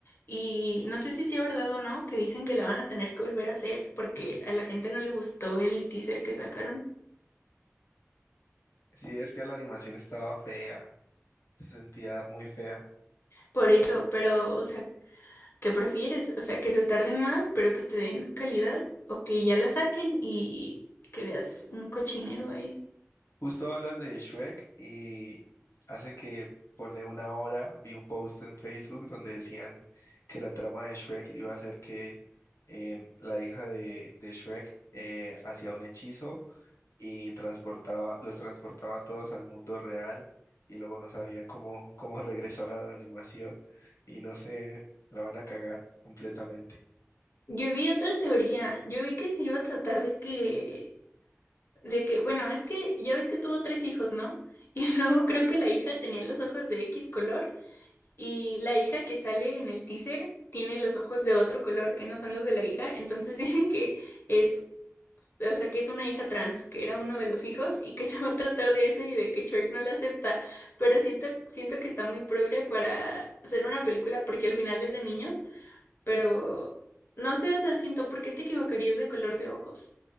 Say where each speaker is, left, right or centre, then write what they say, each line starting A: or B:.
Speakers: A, on the left (about 50°); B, on the left (about 80°).
A: y no sé si sea verdad o no, que dicen que la van a tener que volver a hacer porque a la gente no le gustó el teaser que sacaron.
B: Sí, es que la animación estaba fea, se sentía muy fea.
A: Por eso, pero, o sea, ¿Qué prefieres? O sea, que se tarden más, pero que te den calidad, o que ya la saquen y que veas un cochinero ahí.
B: Justo hablas de Shrek y hace que ponle una hora vi un post en Facebook donde decían que la trama de Shrek iba a ser que em, la hija de, de Shrek eh, hacía un hechizo y transportaba, los transportaba a todos al mundo real y luego no sabían cómo, cómo <laughs> regresar a la animación y no sé, la van a cagar completamente.
A: Yo vi otra teoría, yo vi que se iba a tratar de que, de que, bueno, es que ya ves que tuvo tres hijos, ¿no? Y <laughs> luego creo que la hija tenía los ojos de X color y la hija que sale en el teaser tiene los ojos de otro color que no son los de la hija, entonces <laughs> dicen que es O sea, que es una hija trans, que era uno de los hijos y que <laughs> se va a tratar de eso y de que Shrek no la acepta. Pero siento, siento que está muy progre para hacer una película porque al final es de niños, pero no sé, o sea, siento, ¿por qué te equivocarías de color de ojos?